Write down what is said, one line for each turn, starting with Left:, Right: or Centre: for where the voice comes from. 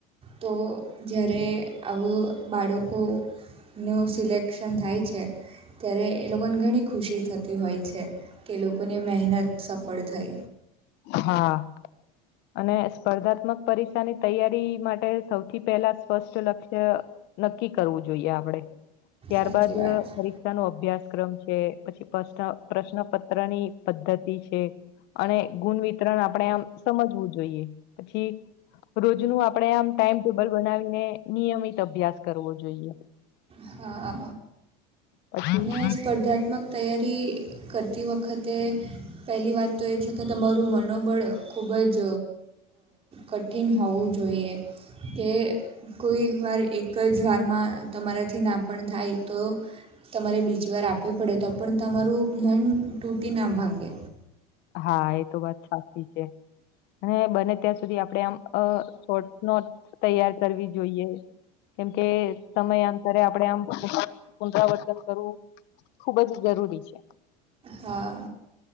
Right: તો જ્યારે આવું બાળકોનું સિલેક્શન થાય છે. ત્યારે એ લોકોને ઘણી ખુશી થતી હોય છે, કે એ લોકોની મહેનત સફળ થઈ.
Left: હા. અને સ્પર્ધાત્મક પરીક્ષાની તૈયારી માટે સૌથી પહેલા સ્પષ્ટ લક્ષ્ય નક્કી કરવું જોઈએ આપડે ત્યારબાદ
Right: સાચી વાત છે.
Left: પરીક્ષા નો અભ્યાસક્રમ છે. પછી પ્રશ્ન પ્રશ્નપત્ર ની પદ્ધતિ છે. અને ગુણ વિતરણ આપણે આમ સમજવું જોઈએ પછી રોજનું આપણે આમ ટાઈમ ટેબલ બનાવીને નિયમિત અભ્યાસ કરવો જોઈએ
Right: હા
Left: પછી
Right: અને સ્પર્ધાત્મક તૈયારી કરતી વખતે પહેલી વાત તો એ છે, કે તમારું મનોબળ ખૂબ જ કઠિન હોવું જોઈએ કે કોઈ વાર એક જ વારમાં તમારા થી ના પણ થાય તો તમારે બીચવાર આપવી પડે તો પણ તમારું મન તૂટી ના ભંગે
Left: હા એ તો વાત સાચી છે. અને બને ત્યાં સુધી આપડણે આમ શોટ નોટ તૈયાર કરવી જોઈએ. કેમકે સમયાંતરે આપડણે આમ પુનરાવર્તન કરવું ખુબ જ જરૂરી છે.
Right: હા,